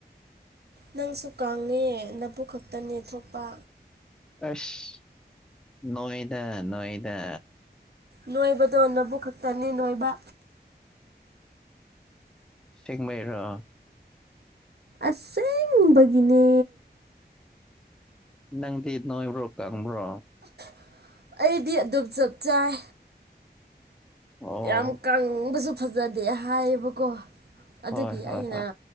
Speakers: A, on the right; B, in the centre.
A: ꯅꯪꯁꯨ ꯀꯪꯉꯦ ꯅꯕꯨꯛ ꯈꯛꯇꯅꯦ ꯊꯣꯛꯄ
B: ꯑꯩꯁ ꯅꯣꯏꯗ ꯅꯣꯏꯗ
A: ꯅꯣꯏꯕꯗꯣ ꯅꯧꯕꯛ ꯈꯛꯇꯅꯦ ꯅꯣꯏꯕ
B: ꯁꯦꯡꯕꯩꯔꯣ
A: ꯑꯁꯦꯡꯕꯒꯤꯅꯦ
B: ꯅꯪꯗ ꯅꯣꯏꯕ꯭ꯔꯣ ꯀꯪꯕ꯭ꯔꯣ
A: <unintelligible> ꯑꯩꯗꯤ ꯑꯗꯨꯝ ꯆꯞ ꯆꯥꯏ
B: ꯑꯣ
A: ꯌꯥꯝ ꯀꯪꯕꯁꯨ ꯐꯖꯗꯦ ꯍꯥꯏꯌꯦꯕꯀꯣ ꯑꯗꯨꯒꯤ
B: ꯍꯣꯏ ꯍꯣꯏ
A: ꯑꯩꯅ
B: ꯍꯣꯏ